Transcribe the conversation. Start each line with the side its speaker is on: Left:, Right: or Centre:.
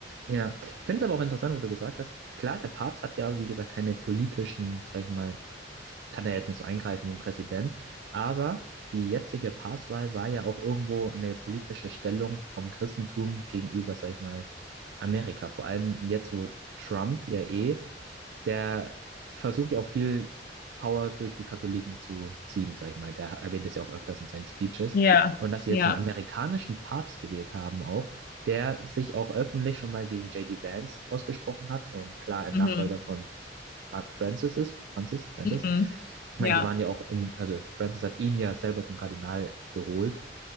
Right: ja. Ich finde es aber auch interessant, wo du gesagt hast, klar, der Papst hat ja, wie gesagt, keine politischen, sag ich mal, kann er jetzt nicht so eingreifen wie ein Präsident, aber die jetzige Papstwahl war ja auch irgendwo eine politische Stellung vom Christentum gegenüber, sag ich mal, Amerika. Vor allem jetzt, wo Trump ja eh, der versucht ja auch viel Power durch die Katholiken zu ziehen, sag ich mal. Der erwähnt es ja auch öfters in seinen Speeches.
Left: Ja.
Right: Und dass sie
Left: Ja.
Right: jetzt einen amerikanischen Papst gewählt haben auch, der sich auch öffentlich schon mal gegen J. D. Vance ausgesprochen hat und klar ein
Left: Mhm.
Right: Nachfolger von Fra- Francis ist, Francis, Francis.
Left: Mhm.
Right: Ich
Left: Ja.
Right: meine, die waren ja auch in, also Francis hat ihn ja selber zum Kardinal geholt